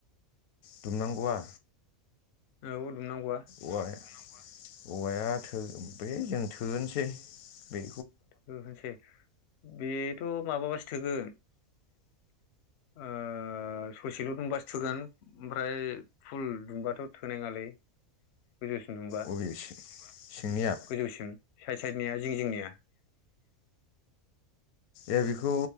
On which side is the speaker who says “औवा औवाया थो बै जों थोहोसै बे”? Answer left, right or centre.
Left